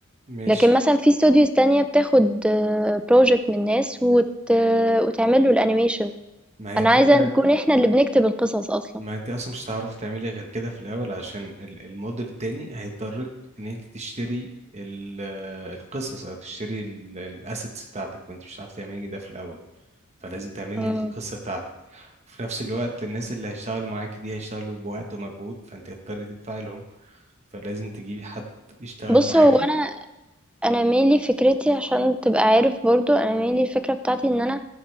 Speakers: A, on the right; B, in the centre.
A: ماشي
B: لكن مثلا في استوديوز تانية بتاخد بروجكت من ناس وت... وتعمل له الأنيميشن
A: ما هي
B: أنا
A: الفكرة
B: عايزة نكون احنا اللي بنكتب القصص أصلا
A: ما انت اصلا مش هتعرفي تعملي غير كده في الاول عشان ال- الموديل التاني هيضطرك ان انت تشتري ال- القصص او تشتري الاسيتس بتاعتك وانت مش هتعرفي تعملي ده في الاول فلازم تعملي
B: مم.
A: القصة بتاعتك وفي نفس الوقت الناس اللي هيشتغلوا معاكي دي هيشتغلوا بوقت ومجهود فانت هتضطري تدفعي لهم فلازم تجيبي حد يشتغل
B: بص
A: معاكي
B: هو أنا أنا mainly فكرتي عشان تبقى عارف برضو أنا mainly الفكرة بتاعتي إن أنا